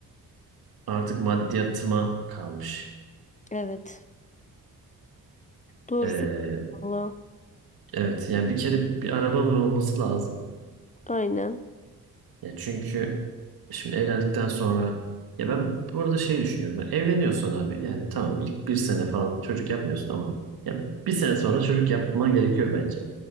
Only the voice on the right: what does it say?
artık maddiyatıma kalmış.
E,
evet yani bir kere bir arabamın olması lazım.
Ya çünkü şimdi evlendikten sonra ya ben bu arada şey düşünüyorum. Ya evleniyorsun abi yani tamam ilk bir sene falan çocuk yapmıyorsun ama ya bir sene sonra çocuk yapman gerekiyor bence.